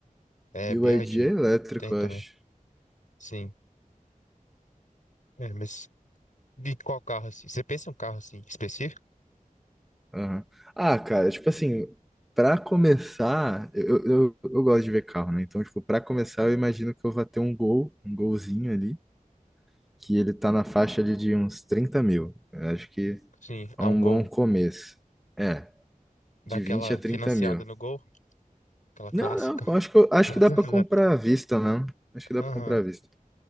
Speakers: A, on the left; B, in the centre.
A: é,
B: BYD
A: BYD,
B: é elétrico,
A: tem também,
B: eu acho.
A: sim. É, mas de qual carro, assim? Você pensa em um carro, assim, específico?
B: Aham. Ah, cara, tipo assim, pra começar, eu, eu, eu gosto de ver carro, né? Então, tipo, pra começar, eu imagino que eu vá ter um Gol, um Golzinho ali, que ele tá na faixa ali de uns 30 mil. Eu acho que
A: Sim,
B: é
A: há
B: um
A: um Gol,
B: bom começo. É,
A: daquela
B: de 20 a 30
A: financiada
B: mil.
A: no Gol, aquela clássica.
B: Não, não, eu acho que, eu- acho
A: <laughs>
B: que dá pra comprar à vista, né? Acho que dá
A: Aham,
B: pra comprar à vista.